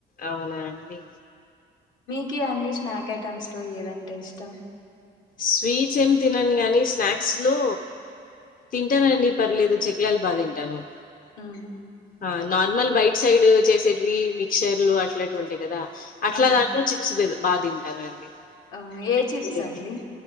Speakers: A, on the left; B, on the left.
A: అవునా అండి
B: కి అన్నీ స్నాక్ ఐటమ్స్ లో ఏదంటే ఇష్టం
A: స్వీట్స్ ఏం తినను గాని స్నాక్స్ లో తింటానండి పర్లేదు చెక్లాలు బాగా తింటాను
B: ఉహు
A: ఆ! నార్మల్ బైట్ సైడ్ చేసేటివి మిక్చర్లు అట్లాంటివి ఉంటాయి కదా అట్లా
B: ఆ
A: దాంట్లో చిప్స్ బేబీ బా తింటానండి
B: ఆ ఏ
A: అంటే
B: చిప్స్ అండి